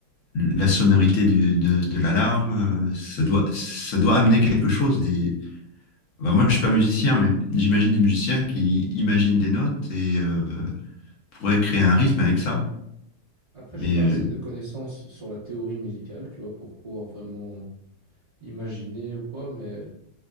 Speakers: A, on the left (about 50°); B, on the right (about 30°).
A: la sonorité du- de, de l'alarme, euh, ça doit, ça doit amener quelque chose. Des... Bah, moi, je suis pas musicien, mais j'imagine des musiciens qui imaginent des notes et euh, pourraient créer un rythme avec ça.
B: Après,
A: Mais
B: j'ai pas
A: euh,
B: assez de connaissances sur la théorie musicale, tu vois, pour pouvoir vraiment imaginer ou quoi, mais